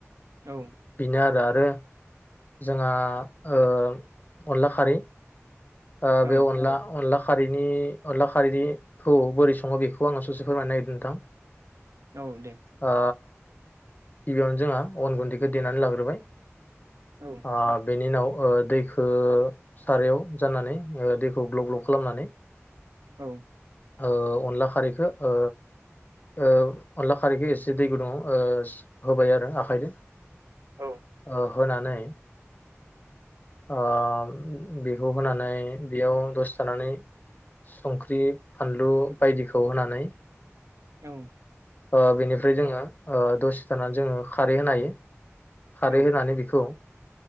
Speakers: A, on the right; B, on the left.
A: औ
B: बिनो आरो आरो। जोंहा ओ अनला खारै। ओ
A: औ
B: बे अनला अनला। खारैनि अनला खारैनि खौ बोरै सङो बेखौ आङो ससे फोरमायनो नागिरदों नोंथां।
A: औ दे
B: ओ। गिबियावनो जोंहा अन गुन्दैखौ देनानै लाग्रोबाय।
A: औ
B: ओ बेनि उनाव ओ दैखो सारायाव। जाननानै ओ दैखौ ग्लब ग्लब खालामनानै।
A: औ।
B: ओ अनला खारैखो ओ औ अनला खारैखो एसे दै गुदुङाव ओस होबाय आरो आखाइजों।
A: औ
B: ओ होनानै। <unintelligible> बिखौ होनानै बेयाव दसे थानानै संख्रि फानलु बायदिखौ होनानै।
A: औ।
B: ओ बेनिफ्राय जोङो ओ दसे थानानै जोङो खारै होनो हायो। खारै
A: औ
B: होनानै बिखौ।